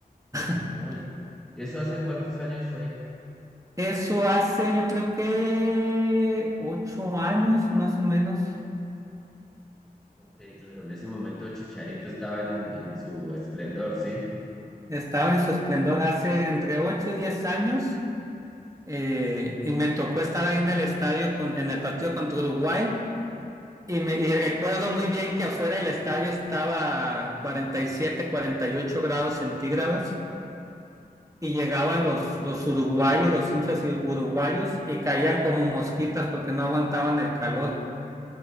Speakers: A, on the right (about 20°); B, in the centre.
A: <laughs>
B: hoy. ¿Y eso hace cuántos años fue?
A: Eso hace yo creo que ocho años más o menos.
B: Ok, claro, en ese momento Chicharito estaba en, en su esplendor, ¿sí?
A: Estaba en su esplendor hace entre ocho y diez años eh, y me tocó estar ahí en el estadio, con- en el partido contra Uruguay y, me, y recuerdo muy bien que afuera del estadio estaba cuarenta y siete cuarenta y ocho grados centígrados y llegaban los, los uruguayos, los hinchas i- uruguayos y caían como mosquitas porque no aguantaban el calor.